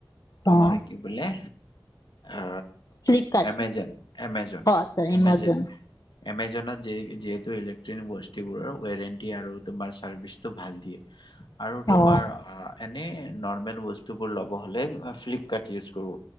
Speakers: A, on the left; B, on the left.
A: তোমাৰ
B: অ',
A: কি বোলে? অ
B: ফ্লিপকাৰ্ট
A: এমেজন এমেজন
B: অ', আচ্ছা এমাজন
A: এমেজন এমেজনত যিহেতু ইলেক বস্তুবোৰৰ ৱাৰান্টি আৰু তোমাৰ চাৰ্ভিচটো ভাল দিয়ে আৰু তোমাৰ?
B: অ',
A: এনেই নৰ্মেল বস্তুবোৰ ল'ব হ'লে ফ্লিপকাৰ্ট ইউজ কৰোঁ